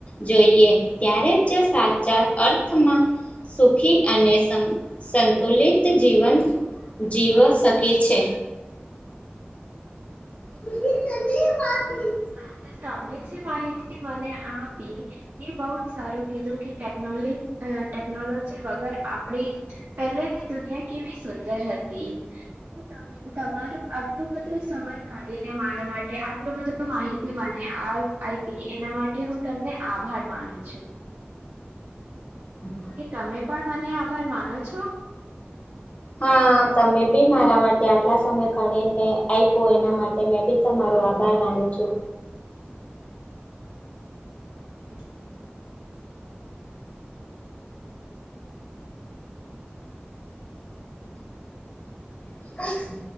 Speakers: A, on the left; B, on the right.
A: જોઈએ ત્યારે જે સાચા અર્થમાં સુખી અને સં સંતુલિત જીવન જીવો શકે છે. <inaudible>
B: હા તો તમે જે માહિતી મને આપી એ બહુ જ સારું કીધું કે ટેકનો ટેકનોલોજી વગર આપડી જ પહેલેની દુનિયા કેવી સુંદર હતી. તમ તમારું આટલું બધો સમય કાઢીને મારા માટે આટલું બધું નુ માહિતી મને એના માટે હું તમને આભાર માનું છું.
A: <inaudible>
B: કે તમે પણ મને આભાર માનો છો?
A: હા તમે બી મારા માટે આટલા સમય કાઢીને આપ્યું એના માટે તમે બી તમારો આભાર માનું છું.
B: હમ્મ.
A: <inaudible>